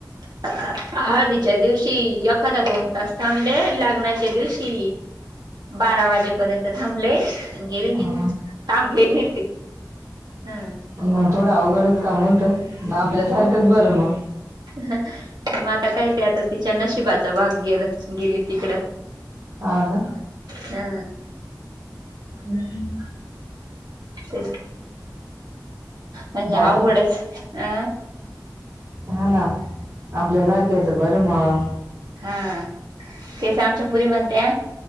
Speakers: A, on the right (about 70°); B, on the right (about 50°).
A: <unintelligible> हळदीच्या दिवशी एखादा दोन तास थांबले, लग्नाच्या दिवशी बारा वाजेपर्यंत थांबले, अन गेले
B: हा
A: निघून
B: हा.
A: थांबले नाही ते. हा
B: म थोडं अवघडच काम होतं, ना आपल्यासारखंच बरं मग.
A: मग आता काय ते आता तिच्या नशिबाचा भाग गेलं, गेली तिकडं.
B: हा ना.
A: हा
B: हम्म हम्म.
A: तेच, म्हणजे
B: बाकी
A: अवघडच अ.
B: हा ना, आपल्यासारख्याच बरं मग.
A: हा तेच आमच्या पुरी म्हणत्या